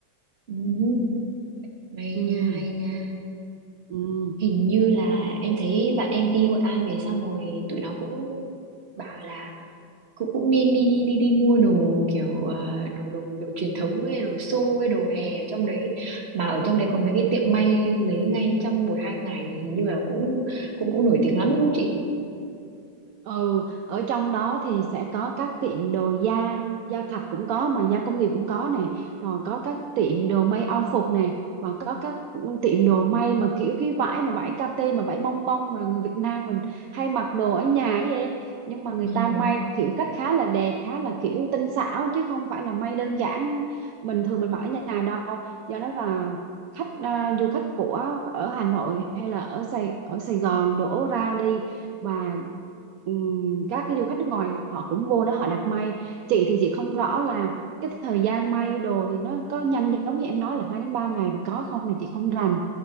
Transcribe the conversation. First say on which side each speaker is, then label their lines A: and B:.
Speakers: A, on the right; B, on the right.
A: ừm, hay
B: Ừ.
A: nha, hay nha.
B: Ừ.
A: Hình như là em thấy bạn em đi Hội An về xong rồi tụi nó cũng bảo là cũng cũng nên đi đi đi mua đồ kiểu à, đồ đồ đồ truyền thống hay đồ xô hay đồ hè ở trong đấy mà ở trong đấy có mấy cái tiệm may lấy ngay trong một hai ngày hình như là cũng cũng cũng nổi tiếng lắm đúng không chị
B: ừ ở trong đó thì sẽ có các tiệm đồ da da thật cũng có mà da công nghiệp cũng có nè rồi có các tiệm đồ may âu phục nè và có các tiệm đồ may mà kiểu cái vải mà vải kate mà vải bông bông mà người Việt Nam mình hay mặc đồ ở nhà ấy em nhưng mà người
A: ừ.
B: ta may kiểu cách khá là đẹp khá là kiểu tinh xảo chứ không phải là may đơn giản bình thường mình mặc ở nhà đâu do đó là khách à, du khách của ở Hà Nội hay là ở Sài ở Sài Gòn đổ ra đi và ừm, các cái du khách nước ngoài họ cũng vô đó họ đặt may chị thì chị không rõ là cái thời gian may đồ thì nó có nhanh giống như em nói là hai đến ba ngày thì có không thì chị không rành